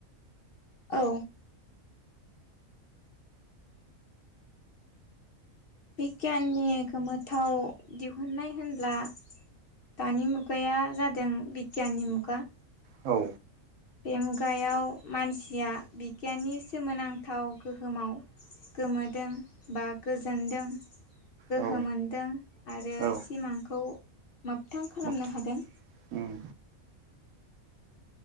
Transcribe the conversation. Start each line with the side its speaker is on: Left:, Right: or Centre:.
Left: औ बिगियाननि गोमोथाव दिहुननाय होनब्ला दानि मुगाया जादों बिगियाननि मुगा
Right: औ
Left: बे मुगायाव मानसिया बिगियाननि सोमोनांथाव गोहोमाव गोमोदों बा गोजोनदों गोहो
Right: औ
Left: मोनदों आरो
Right: औ
Left: सिमांखौ मोगथां खालामनो
Right: मोगथां
Left: हादों
Right: उम